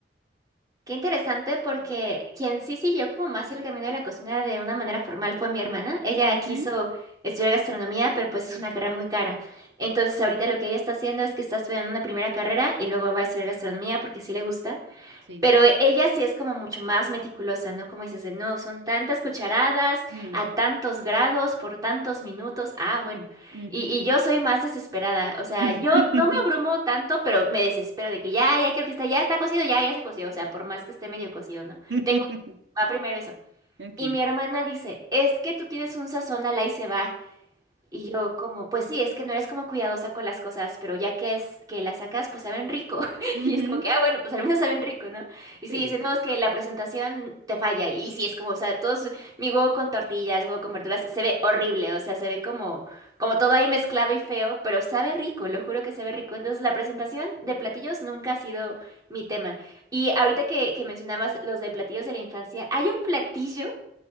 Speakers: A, on the right; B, on the right.
A: Qué interesante porque quien sí siguió como más el camino de la cocina de una manera formal fue mi hermana. Ella
B: Ujú,
A: quiso estudiar gastronomía, pero pues es una carrera muy cara. Entonces ahorita lo que ella está haciendo es que está estudiando una primera carrera y luego va a estudiar gastronomía porque sí le gusta.
B: Sí.
A: Pero e- ella sí es como mucho más meticulosa, ¿no? Como dices, de no, son tantas cucharadas,
B: Mm,
A: a tantos grados, por tantos minutos. Ah, bueno.
B: ujú.
A: Y, y yo soy más desesperada. O sea,
B: <laughs>
A: yo no me abrumo tanto, pero me desespero de que ya, ya quiero que está, ya está cocido, ya, ya se coció. O sea, por más que esté medio cocido, ¿no?
B: <laughs>
A: Tengo, va primero eso.
B: Ok.
A: Y mi hermana dice, es que tú tienes un sazón al ahí se va. Y yo como, pues sí, es que no eres como cuidadosa con las cosas, pero ya que es que las sacas, pues saben rico. <laughs>
B: Ujú,
A: Y es como que, ah, bueno, pues al menos saben rico, ¿no? Y sí,
B: Sí.
A: dice, no, es que la presentación te falla. Y sí, es como, o sea, todos, mi huevo con tortillas, huevo con verduras, se ve horrible, o sea, se ve como, como todo ahí mezclado y feo, pero sabe rico, lo juro que sabe rico. Entonces, la presentación de platillos nunca ha sido mi tema. Y ahorita que, que mencionabas los de platillos de la infancia, hay un platillo